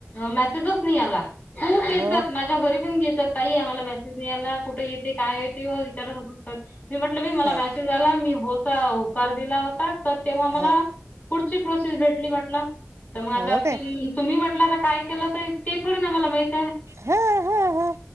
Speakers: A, on the left; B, on the right.
A: मेसेजच नाही आला खूप येतात
B: हो
A: माझ्या घरी पण येतात. आ आम्हाला मेसेज मिळायला कुठे येते काय येत ते विचारत होत. मी म्हटलंी मला
B: काय
A: मेसेज आला मी होता होकार दिला होता तर तेव्हा मला
B: हां
A: पुढची प्रोसेस. भ म्हट
B: हो
A: आ
B: काय
A: तुम्ही म्हटता काय केलं ते मला माहीत.
B: ह